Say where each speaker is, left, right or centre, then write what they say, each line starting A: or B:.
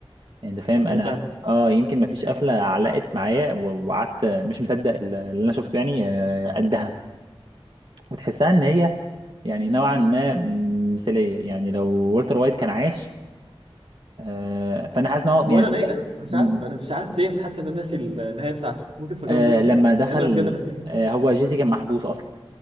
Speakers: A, on the right (about 55°); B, on the right (about 80°).
A: يعني أنت فاهم أنا
B: فعلا
A: اه يمكن ما فيش قفلة علقت معايا و- وقعدت مش مصدق اللي اللي أنا شفته يعني آه، قدها وتحسها إن هي يعني نوعا ما مثالية يعني لو والتر وايت كان عايش آه، فأنا حاسس إن هو
B: هو
A: يعني
B: انا نا- انا مش
A: <laughs>
B: عارف انا مش عارف ليه انا حاسس ان انا ناسي النهايه بتاعته ممكن تفكرني
A: آه
B: بيها
A: لما دخل
B: لان انا بجد ناسيها
A: آه هو جيسي كان محبوس اصلا